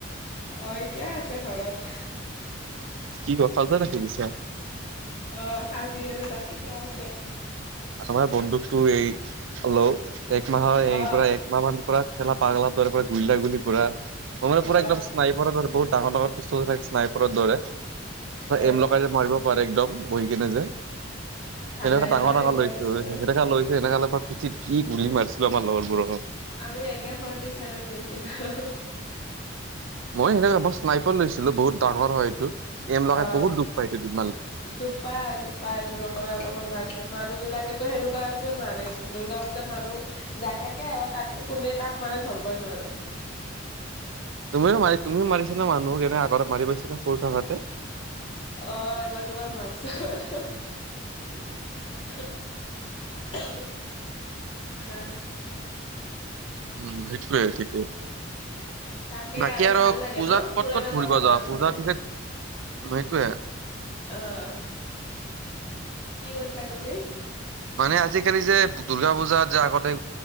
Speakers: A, on the left; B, on the right.
A: অ এতিয়া আছে ঘৰত।
B: কি গপচত হাহি দিছ।
A: অ সাচিকেনে ৰাখি থোৱা আছে।
B: আমাৰ বন্দুকতো এই লও এক মাহৰ এই
A: অ
B: পৰা একমাহ মানৰ পৰা। খেলা পাগলা ধ গুললা গুলি পৰা মানে
A: অ
B: পু একদম ঈশ্নাইপৰৰ দৰে বহুত। ডাঙৰ ডাঙৰ পিষ্টল থ নাই পৰত দৰে
A: অ
B: এম লগাই যে মাৰিব পাৰে একদম বহি কেনে যে
A: ভাল
B: সেনেকা
A: লাগে।
B: ডাঙৰ
A: ন
B: ডাঙৰ
A: এইবিলাক
B: লৈছোঁ
A: বিচনা
B: সেনেকা লৈছে সেনেকৈ পিঠিত কি গুলি মাৰিছিলোঁ আমাৰ লগৰবোৰক।
A: আমি একে ফৰ্টি ছেভেন লৈছিলোঁ।
B: মই সেনেকে বৰ স্নাইফল লৈছিলোঁ বহুত ডাঙৰ হয় এইটো এম লগাই
A: অ
B: বহুত দুখ পায় এইট
A: দুপাই -দুপাই দূৰৰ পৰা অলপমান লাগ্ললে মানুহ বিলাকেতো সেনেকুৱা মাৰেচোন দুৰ্গা পূজাত মানুহ যাই থাকে আৰু তাক কোনে কাক মাৰে ধৰবই নোৱাৰে।
B: তুমিও মাৰিও তুমিও মাৰিছা মানুহক এনে আগতে মাৰি পাইছা? নে সৰু থাকোতে
A: অ এবাৰ দুবাৰ মাৰ চ হহঃ <unintelligible> হা।
B: উম সেইটোৱে ঠিকে
A: তাকে
B: বাকী আৰু
A: ভাল লাগে
B: পূজাত
A: ন পুৰণা
B: ক'ত ক'ত ঘূৰিব
A: কথা মনত
B: যাও পূজাৰ
A: পৰিলে
B: পিছত সেইটোয়ে।
A: আহ। কি কৈছা তুমি?
B: মানে আজিকালি যে দুৰ্গা পূজা যে আগতে